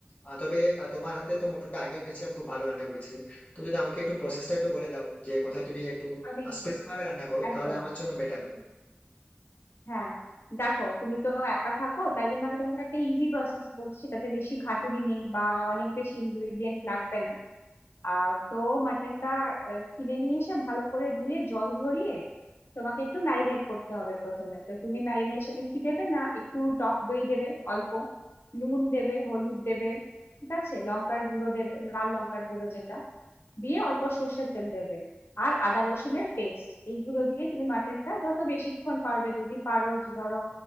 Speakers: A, on the left; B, on the left.
A: আহ, তবে আহ, তোমার হাতে তো মটনটা আগেও খেয়েছিলাম খুব ভালো রান্না করেছিলে তো যদি আমাকে একটু প্রসেসটা একটু বলে দাও যে কোথায় তুমি একটু
B: আমি
A: স্পেশাল ভাবে রান্না করো
B: একদম
A: তাহলে আমার জন্য বেটার হবে
B: হ্যাঁ দেখো তুমি তো একা থাকো তাই জন্য আমি তোমাকে একটা ইজি প্রসেস বলছি তাতে বেশি খাটুনি নেই বা অনেক বেশি ইনগ্রেডিয়েন্ট লাগবে না আহ তো মাটনটা আহ, কিনে নিয়ে এসে ভালো করে ধুয়ে জল ঝরিয়ে তোমাকে একটু ম্যারিনেট করতে হবে প্রথমে তো তুমি ম্যারিনেশনে কি দেবে না একটু টক দই দেবে অল্প নুন দেবে হলুদ দেবে ঠিক আছে লঙ্কার গুঁড়ো দেবে লাল লঙ্কার গুঁড়ো যেটা দিয়ে অল্প সর্ষের তেল দেবে আর আদা রসুনের পেস্ট এইগুলো দিয়ে তুমি মাটনটা যত বেশিক্ষণ পারবে যদি পারো যে ধরো